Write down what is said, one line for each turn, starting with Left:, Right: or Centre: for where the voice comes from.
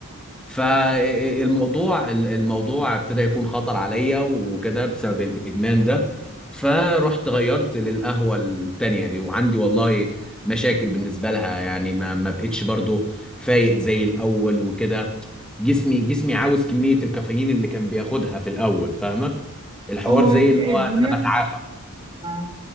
Centre: فالموضوع الموضوع ابتدى يكون خطر عليا وكده بسبب الادمان ده فرحت غيرت للقهوه التانيه دي وعندي والله مشاكل بالنسبه لها يعني ما ما بقتش برضو فايق زي الاول وكده جسمي جسمي عاوز كميه الكافيين اللي كان بياخدها في الاول فاهمه الحوار
Right: هو
Centre: زي
Right: الإدمان
Centre: اللي هو انا بتعافى
Right: آه.